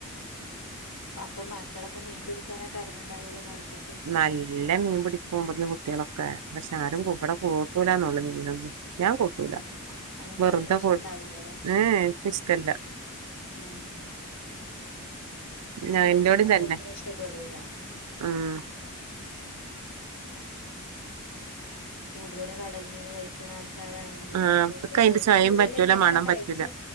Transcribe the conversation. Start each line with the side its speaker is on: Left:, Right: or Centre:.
Left: അപ്പം മക്കളൊക്കെ മീൻ പിടിക്കാനൊക്കെ എറങുണ്ടാവുമല്ലോ പടത്തക്ക്
Right: നല്ല മീൻ പിടിക്കു കുട്ടികളൊക്കെ പക്ഷെ ആരും കവിടെ കൂട്ടൂലന്നള്ളൂ മീലൊന്നന്ന് ഞാൻ കൂട്ടൂല
Left: ഉം അങ്ങനത്തെ
Right: വെറുതെ
Left: മീനുകള് ഇഷ്ടണ്ടാവില്ലല്ലേ
Right: പോട ഏഹ് എനിക്ക് ഇഷ്ടമല്ല
Left: ആഹ്
Right: ഞാൻ
Left: ചിലർക്ക്
Right: എന്റോടും
Left: അങ്ങത്തെ
Right: തന്നെ
Left: മീൻ ഇഷ്ടപ്പെടൂല
Right: ഉം
Left: കൂടുതലും കടൽ മീൻ കഴിക്കണ ആൾക്കാരാണെങ്കിൽ
Right: ആ
Left: ഇങ്ങനത്തെ
Right: ഇക്ക് അയിന്റെ
Left: ചെറുപ്പം
Right: ചൊയയും
Left: മുതല
Right: പറ്റൂല
Left: ഇങ്ങനത്തെ
Right: മണം
Left: കഴിച്ച-
Right: പറ്റൂല